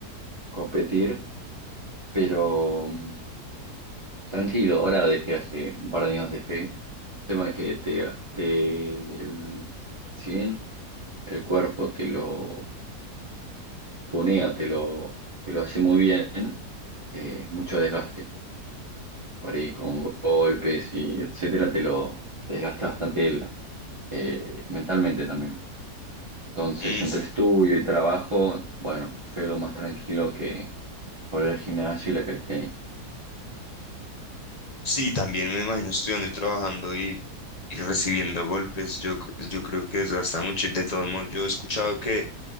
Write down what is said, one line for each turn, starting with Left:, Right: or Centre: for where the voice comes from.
Right: competir, pero mm, tranquilo, ahora dejé hace un par de años dejé. Tema de que te, te el- si bien el cuerpo te lo tunea, te lo, te lo hace muy bien, eh, mucho desgaste. Por ahí con golpes y etcétera, te lo desgasta bastante el- eh, mentalmente también. Entonces,
Left: Mm,
Right: entre estudio y trabajo, bueno, fue lo más tranquilo que volver al gimnasio y la calistenia.
Left: sí, también me imagino estudiando y trabajando y, y recibiendo golpes. Yo, c- yo creo que desgasta mucho. y De todos modos, yo he escuchado que